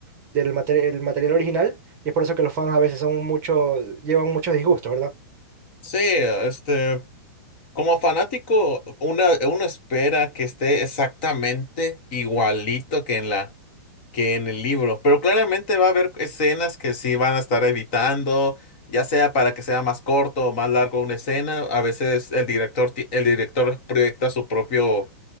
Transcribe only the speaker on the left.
Sí, este, como fanático, una, uno espera que esté exactamente igualito que en la que en el libro. Pero claramente va a haber escenas que sí van a estar evitando, ya sea para que sea más corto o más largo una escena. A veces el director, ti- el director proyecta su propio,